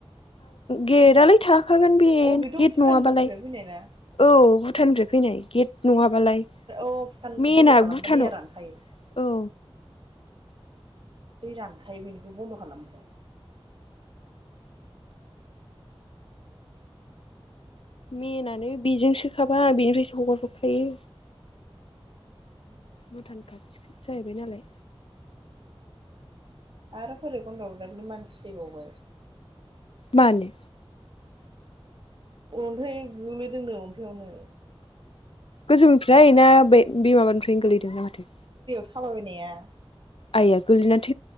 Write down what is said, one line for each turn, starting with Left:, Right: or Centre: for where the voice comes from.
Left: गेटआलाय थाखागोन बे
Right: अ बेथ'
Left: गेट
Right: भुटाननिफ्राय
Left: नङाबालाय
Right: फैनाय ना
Left: औ भुटाननिफ्राय फैनाय गेट नङाबालाय
Right: औ भुटानखौ
Left: मेनआ
Right: बन्द' खालामबा
Left: भुटानाव?
Right: दैया रानखायो
Left: औ
Right: दै रानखायो बेनिखौ बन्द' खालामबाथाय।
Left: मेनानो बिजोंसोखाबा बिनिफ्रायसो हगार हरखायो
Right: उम <inaudible>
Left: भुटान खाथि जाहैबाय नालाय
Right: आरो बोरै बनद होबावनो मानसि थैबावबाय?
Left: मानो?
Right: अन्थाइ गो्लैदोंनो अन्थायाइयावनो
Left: गोजौनिफ्राय ना बे बे माबानिफ्रायनो गोलैदोंना माथो?
Right: खालाायनाया <unintelligible>
Left: आइया गलैना